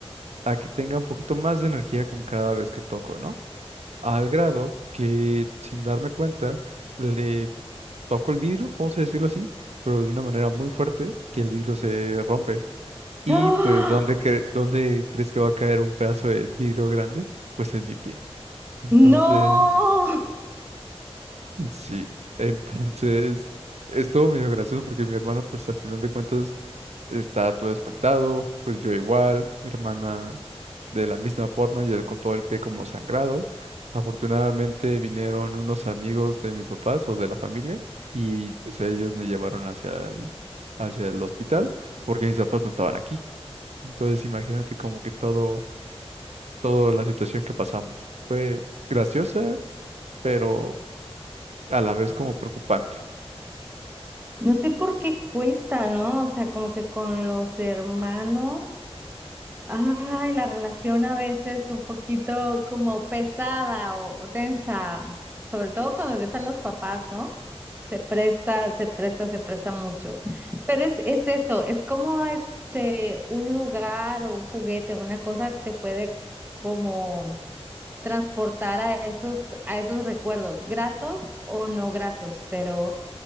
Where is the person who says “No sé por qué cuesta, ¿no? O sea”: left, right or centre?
Right